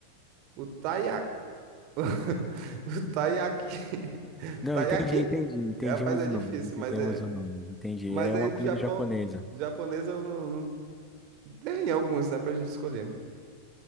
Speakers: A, on the right; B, in the centre.
A: o taiyaki. <laughs> O taiyaki.
B: Não,
A: Taiyaki?
B: entendi, entendi. Entendimos
A: Rapaz, é
B: o
A: difícil,
B: nome, entendemos
A: mas é.
B: o nome, entendi.
A: Mas
B: É
A: aí
B: uma
A: do
B: comida
A: Japão,
B: japonesa.
A: japonesa eu não não- tem alguns, né, pra gente escolher.